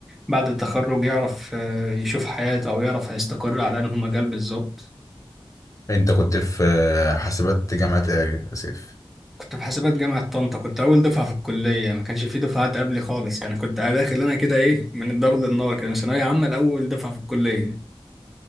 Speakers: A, in the centre; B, on the left.
A: بعد التخرج يعرف آه، يشوف حياته أو يعرف هيستقر على أنه مجال بالظبط
B: انت كنت في آه، حاسبات جامعه ايه يا سيف
A: كنت في حسابات جامعة طنطا كنت أول دفعة في الكلية ما كانش في دفعات قبلي خالص يعني كنت داخل أنا كده إيه من الدار للنار كده من ثانوية عامة لأول دفعة في الكلية